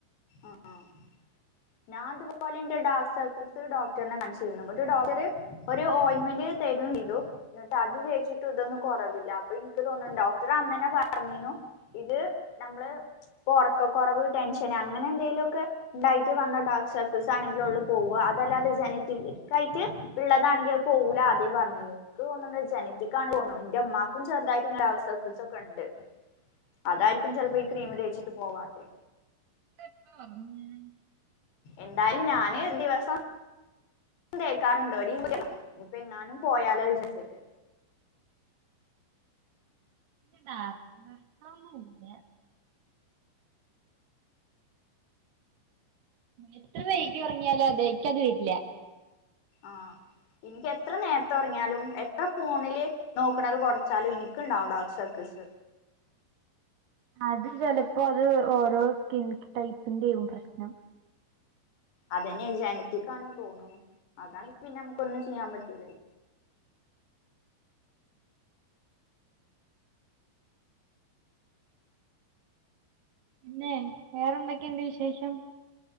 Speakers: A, on the left; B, on the right.
A: ആഹ് ആഹ് ഞാൻ തുപോലെ എന്റെ ഡാർക്ക് സർക്കിൾസ് ഡോക്ടറിനെ കാണിച്ചിരുന്നു ങ്ങട്ട് ഡോക്ടർ ഒരു ഓയിൽമെൻറ്. തരു ചെയ്തു ന്നട്ട് അത് തേച്ചിട്ട് ഇതൊന്നും കുറവില്ല അപ്പൊ എനിക്ക് തോന്നുന്നു ഡോക്ടറെ അന്നന്നെ പറഞ്ഞീനു. ഇത് നമ്മള് പൊറക്ക കുറവ് ടെൻഷന് അങ്ങനെ എന്തെേലും ഒക്കെ. ണ്ടായിട്ട് വന്ന ഡാർക്ക് സർക്കിൾസ് ആണെങ്കിലൊള്ള് പോവ അതല്ലാതെ ജെനറ്റിക്ക ആയിട്ട്. ള്ളതാണെങ്കി അഹ് പോവൂല അദ്യേ പർഞ്ണ് ക്ക് തോന്നുന്ന ജനറ്റിക്ക് ആണ് തോന്നുന്ന ന്റെമ്മാക്കും ചെറുതായിട്ട് ഇങ്ങനെ അവസ്ഥ. ക്ൾസൊക്കെണ്ട് അതായിരിക്കും ചിലപ്പോ ഈ ക്രീം തേച്ചിട്ട് പോവാതെ.
B: <unintelligible>
A: എന്തായാലും ഞാന് ദിവസം. തേക്കാറുണ്ട് <inaudible> എങ്ങാനും പോയാലോ വിചരിച്ചിട്ട്.
B: ഡാർക്നെസ് ഒന്നുല്ല. എത്ര വൈകി ഒറങ്ങിയാലും അതേ ഇക്കത് വരില്ല
A: ആഹ് എനിക്ക് എത്ര നേരത്തെ ഉറങ്ങിയാലും എത്ര. ഫോണില് നോക്കണത് കുറച്ചാലും എനിക്കുണ്ടാകും ഡാർക്ക് സർക്കിൾസ്.
B: അത് ചെലപ്പോ അത് ഓരോ സ്കിൻ ടൈപ്പിന്റെയും പ്രശ്നം.
A: അതന്നെ ജനറ്റിക്ക് ആണ് തോന്നുന്നു അതാണ് പിന്നെ നമുക്ക് ഒന്നും ചെയ്യാൻ പറ്റൂലല്ലോ.
B: പിന്നെ വേറെന്തൊക്കെയുണ്ട് വിശേഷം.